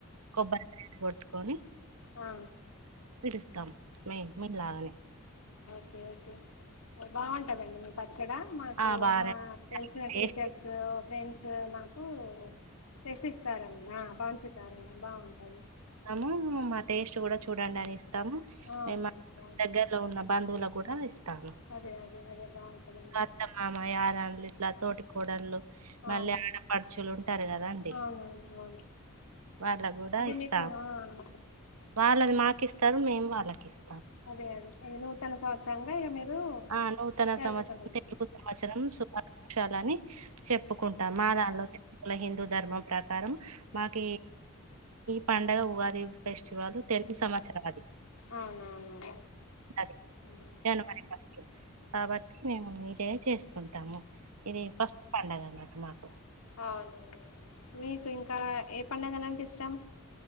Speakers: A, on the right; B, on the left.
A: కొబ్బరికాయను కొట్టుకొని
B: ఆ
A: పిలుస్తాం. మీ మీలాగానే.
B: ఒకే ఒకే బాగుంటదండి మీ ప- పచ్చడ మాకు
A: ఆ బానే
B: మా తెలిసిన
A: టేస్ట్
B: టీచర్స్, ఫ్రెండ్స్, మాకు - చేసిస్తార అన్నా పంచుతారన్నా అ బాగుంటాది.
A: ఇస్తాము మా టేస్ట్ కూడా చూడండి అని ఇస్తాము
B: అవును
A: మే మా
B: బాగుంటది
A: దగ్గరలో ఉన్న, బంధువులకు కూడా ఇస్తాము.
B: అదే అదే అదే బాగుంటదండి
A: మా అత్త- మామయ్య. ఇట్లా తోటి కోడళ్లు మళ్ళీ
B: అవును
A: ఆడపడుచులు ఉంటారు కదండి.
B: అవునవును అవును
A: వాళ్ళక్ కూడా
B: అది
A: ఇస్త
B: మీకు ఆ
A: వాళ్ళది మాకి ఇస్తారు మేము వాళ్ళకి ఇస్తము.
B: అదే అదే అదే నూతన సంవత్సరంగా ఇగ మీరు,
A: ఆ నూతన
B: జరుపుకుంటారు
A: సంవత్సరం తెలుగు సంవత్సరం శుభాకాంక్షలు. లని చెప్పుకుంటాం, మా దానిలో హిందూ ధర్మం ప్రక ప్రకారం మాకు ఈ పండుగ ఉగాది ఫెస్టివల్ తెలుగు సంవత్సరం అది.
B: అవునవునవును
A: అది
B: హ్మ్.
A: జనవరి ఫస్ట్ కాబట్టి మేము- ఏ చేసుకుంటాము ఇది ఫస్ట్ పండగ అన్నటు మాకు
B: హా అవును. మీకు ఇంకా ఏ పండగలంటే ఇష్టం.